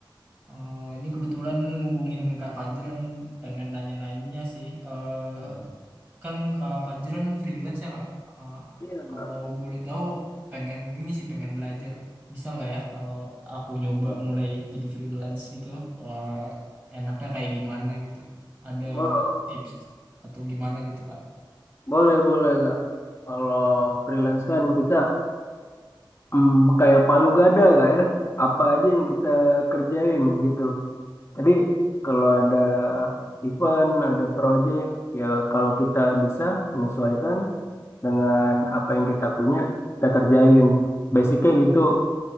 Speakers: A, on the right; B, on the left.
A: Eh, ini kebetulan ngubungin Kak Fajran pengen nanya-nanya sih. Eh, Kan Kak Fajran freelance ya Kak. Ah,
B: Iya Kak Enggar.
A: kalau boleh tahu pengen ini sih pengen belajar. Bisa nggak ya kalau aku nyoba mulai jadi freelance gitu? ah, enaknya kayak gimana gitu? Ada
B: Oh,
A: tips atau gimana gitu Kak?
B: boleh boleh kak. Kalau freelance kan kita mm, kayak palu gada kak ya. Apa aja yang kita kerjain gitu. Jadi kalau ada event, ada project, ya kalau kita bisa menyesuaikan dengan apa yang kita punya, kita kerjain. Basicnya gitu.